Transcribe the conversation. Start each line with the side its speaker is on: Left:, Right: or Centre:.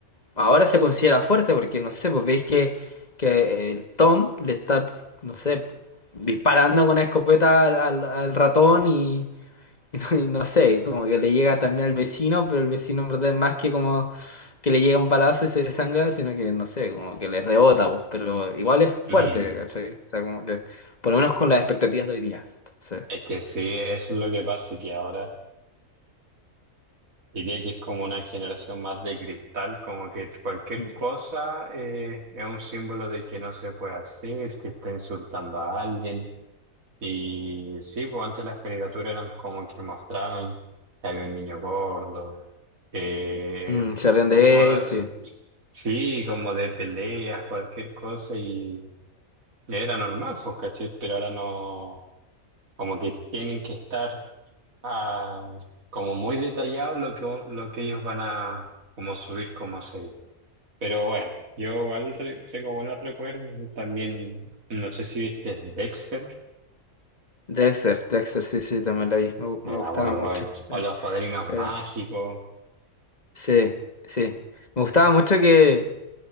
Left: ahora sí era fuerte porque no sé, pues veis que que el Tom le está no sé, disparando con una escopeta al, al al ratón y <laughs> Y no, no sé, como que le llega también al vecino, pero el vecino en verdad es más que como que le llega un balazo y se desangra, sino que no sé, como que le rebota, pues, pero igual es fuerte,
Right: Mm.
Left: ¿cachai? O sea, como que, por lo menos con las expectativas de hoy día. Entonces,
Right: Es que sí, eso es lo que pasa, que ahora... Diría que es como una generación más de cristal, como que cualquier
Left: Mm.
Right: cosa eh, es un símbolo de que no se puede hacer, que está insultando a alguien. Y sí, pues antes las caricaturas eran como que mostraban que había un niño gordo, que
Left: mm,
Right: se-
Left: se ríen de
Right: po-
Left: él, sí.
Right: sí, como de peleas, cualquier cosa, y, era normal, pues, ¿cachai? Pero ahora no, como que tienen que estar ah, como muy detallado lo que, lo que ellos van a como subir como serie. Pero bueno, yo igual re- tengo buenos recuerdos. También, no sé si viste Dexter.
Left: Dexter, Dexter, sí, sí, también la vi, me, gu-
Right: Era
Left: me gustaba
Right: muy bueno.
Left: mucho.
Right: O
Left: Era,
Right: Los Padrinos
Left: era-
Right: Mágicos.
Left: Sí, sí. Me gustaba mucho que.